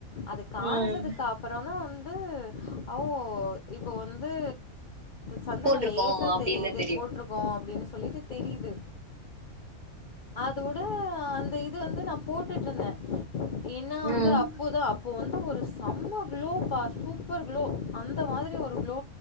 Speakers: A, on the left; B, on the right.
A: அதுக் காஞ்சதுக்கு
B: ம்
A: அப்பறோ தா வந்து ஓ இப்ப வந்து சந்தனோ
B: போட்ருக்கோ
A: லேசா
B: அப்டின்னு
A: தெரியுது
B: தெரியு
A: போட்டிருக்கோ அப்டின் சொல்லீட்டு தெரியுது அதூட அந்த இது வந்து நம் போட்டுட்டுருந்தே ஏன்னா வந்து
B: ம்
A: அப்போதா அப்போ வந்து ஒரு செம்ம குளோ பா சூப்பர் குளோ அந்த மாதிரி ஒரு குளோ